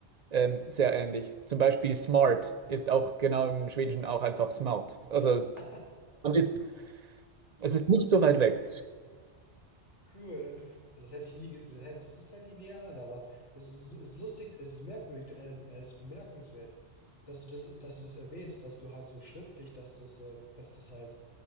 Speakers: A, on the right; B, on the left.
A: ähm, sehr ähnlich. Zum Beispiel smart ist auch genau im Schwedischen auch einfach smart. Also
B: <laughs>
A: man ist, es ist nicht so weit weg.
B: Cool, äh, das, das hätte ich nie, ge- das hätte, das hätte ich nie erahnt, aber es ist, es ist lustig, es ist merkwürdig, äh, äh, es ist bemerkenswert, dass du das, dass du das erwähnst, dass du halt so schriftlich, dass das, äh, dass das halt